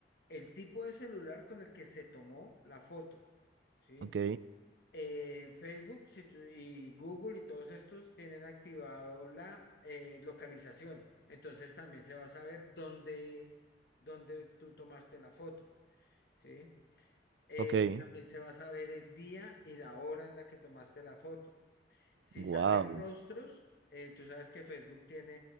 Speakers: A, on the left (about 60°); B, on the right (about 75°).
A: el tipo de celular con el que se tomó la foto, ¿sí?
B: ok,
A: Eh, Facebook si tú- y Google y todos estos tienen activado la eh, localización, entonces también se va a saber dónde, dónde tú tomaste la foto, ¿sí? Eh,
B: ok.
A: también se va a saber el día y la hora en la que tomaste la foto. Si
B: Wow,
A: salen rostros, eh, tú sabes que Facebook tiene